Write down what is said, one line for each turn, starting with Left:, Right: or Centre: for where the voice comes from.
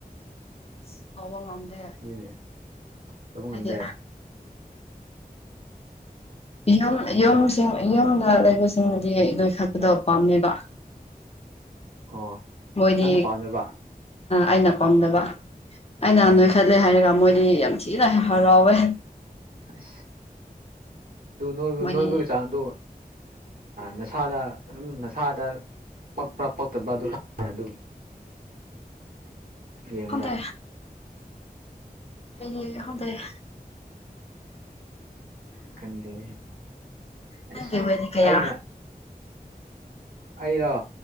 Left: ꯑꯁ ꯐꯥꯎꯕ ꯉꯝꯗꯦ
Right: ꯑꯗꯨꯅꯦ ꯇꯧꯕ ꯉꯝꯗꯦ
Left: ꯍꯥꯏꯗꯤ ꯌꯨꯝ ꯌꯨꯝꯁꯤꯡ ꯌꯨꯝꯗ ꯂꯩꯕꯁꯤꯡꯕꯨꯗꯤ ꯅꯣꯏ ꯈꯠꯄꯗꯕ ꯄꯥꯝꯅꯦꯕ
Right: ꯑꯣ
Left: ꯃꯣꯏꯗꯤ
Right: ꯅꯪꯅ ꯄꯥꯝꯗꯕ
Left: ꯑꯩꯅ ꯄꯥꯝꯅꯕ ꯑꯩꯅ
Right: ꯎꯝ
Left: ꯅꯣꯏ ꯍꯥꯏꯔꯒ ꯃꯣꯏꯗꯤ ꯌꯥꯝ ꯊꯤꯅ ꯍꯔꯥꯎꯋꯦ
Right: ꯑꯁ ꯑꯗꯨꯣꯏꯕ
Left: ꯃꯣꯏꯗꯤ
Right: ꯅꯣꯏꯕꯒꯤ ꯆꯥꯡꯗꯨ ꯅꯁꯥꯗ ꯑꯗꯨꯝ ꯅꯁꯥꯗ ꯄꯛꯄ꯭ꯔꯥ ꯄꯛꯇꯕ꯭ꯔꯥ ꯑꯗꯨ ꯑꯗꯨꯝ ꯌꯦꯉꯨꯗ
Left: ꯈꯪꯗꯦ ꯗꯤ ꯍꯗ <inaudible>
Right: ꯈꯟꯗꯦ
Left: ꯅꯪꯒꯤ
Right: ꯑꯁ
Left: ꯋꯦꯠꯗꯤ ꯀꯌꯥ
Right: ꯑꯩꯅ ꯑꯩꯔꯣ